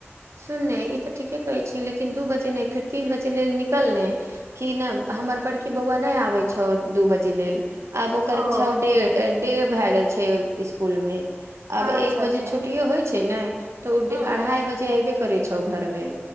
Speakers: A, on the right (about 75°); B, on the right (about 50°).
A: सुनने ई तऽ ठीके कहै छीयै लेकिन दू बजे नहि फेर तीन बजे लेल निकल नहि कि नहि हमर बड़की बौआ नहि आबै छौ दू बजे लेल आब ओकर
B: ओ
A: छौ डेर डेढ़ भए गेल छै स्कूल मे आब
B: अच्छा
A: एक
B: अच्छा
A: बजे छुट्टियो होइ छै ने तऽ ओ
B: हँ
A: डे अढ़ाई बजे आऐबे करै छौ घरमे